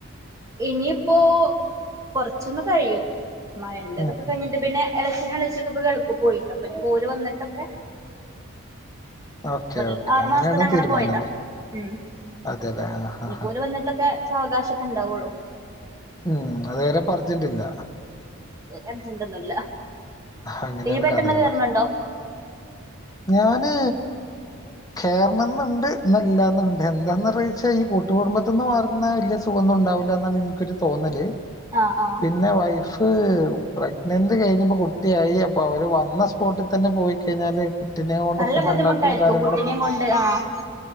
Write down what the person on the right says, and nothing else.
ഇനിയിപ്പോ കൊറച്ചൊന്ന് കഴിയും മഴണ്ടതൊക്കെ
കഴിഞ്ഞിട്ട്
പിന്നെ ഇളച്ചനും ഇളച്ചി ക്കെ പ്പോ ഗൾഫ് പോയിട്ടിണ്ട് അപ്പൊ ഓര് വന്നിട്ടൊക്കെ
ഒരു
ആറു
മാസത്തിന് അങ്ങനെ
പോയതാ
ഉം
ഇനിപോല്
വന്നിട്ടൊക്കെ സാവകാശം ഒക്കെണ്ടാവുള്ളു
അർജന്റൊന്നുംല്ല
ഇയ്യ് പെട്ടെന്ന്
കേറുന്നുണ്ടോ
ആഹ് ആഹ്
നല്ല
ബുദ്ധിമുട്ടായിരിക്കും
കുട്ടിനേം കൊണ്ട് ആഹ്